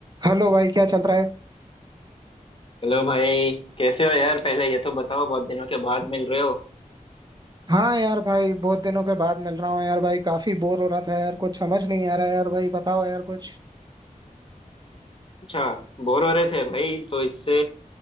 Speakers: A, on the right; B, on the left.
A: Hello भाई क्या चल रहा है
B: Hello भाई कैसे हो यार पहले ये तो बताओ बहुत दिनों के बाद मिल रहे हो
A: हाँ यार भाई बहुत दिनों के बाद मिल रहा हूँ यार भाई काफी बोर हो रहा था यार कुछ समझ नहीं आ रहा है यार भाई बताओ यार कुछ
B: अच्छा बोर हो रहे थे भाई तो इससे